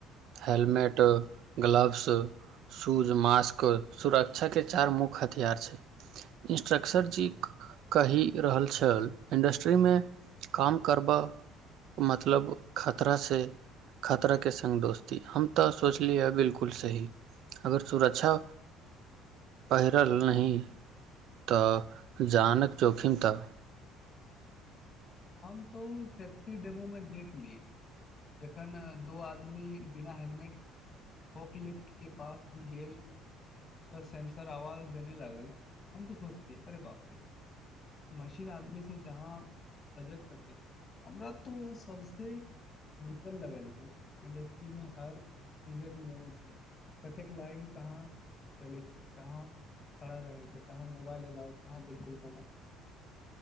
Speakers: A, on the right (about 50°); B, on the left (about 20°).
A: हेलमेट ग्लव्स शूज मास्क सुरक्षाके चारि मुख्य हथियार छै इंस्ट्रक्टर जी कहि रहल छल इंडस्ट्रीमे। काम करबा मतलब खतरा से खतर के सङ्ग दोस्ती हम तऽ सोचलियै बिलकुल सही अगर सुरक्षा पहिरल नही तऽ जानक जोखिम तऽ।
B: हम तो ओ सेफ्टी डेमो मे देख लिय जखन दो आदमी बिना हेलमेट पॉकलिफ्ट के पास गेल तऽ सेंसर आवाज देने लागल हम तो सोचली अरे बाप रे मशीन आदमी से जहाँ सजग सक हमरा तो सबसे निकल लागल जे इंडस्ट्री मे हर चीजक नियम छै कतेक लाइन कहाँ। चलै छै कहाँ खड़ा रहै छै कहाँ मोबाइल एलाा कहाँ बिलकुल मना।